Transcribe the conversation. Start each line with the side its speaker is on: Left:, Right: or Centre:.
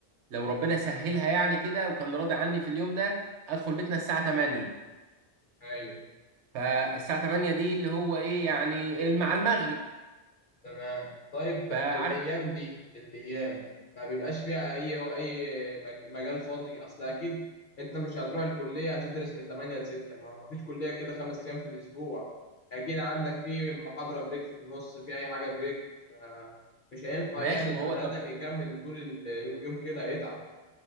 Right: لو ربنا سهلها يعني كده وكان راضي عني في اليوم ده ادخل بيتنا الساعه 8
Left: ايوه
Right: فالساعه 8 دي اللي هو ايه يعني مع المغرب
Left: تمام طيب
Right: فعارف
Left: الايام دي الايام ما بيبقاش فيها اي اي مج- مجال فاضي اصل اكيد انت مش هتروح الكليه هتدرس من 8 ل 6 ما ما فيش كليه كده خمس ايام في الاسبوع اكيد عندك في محاضره بريك في النص في اي حاجه بريك فمش هينفع
Right: ماشي
Left: يعني البني
Right: ما هو طب
Left: ادم يكمل طول اليوم يوم كده هيتعب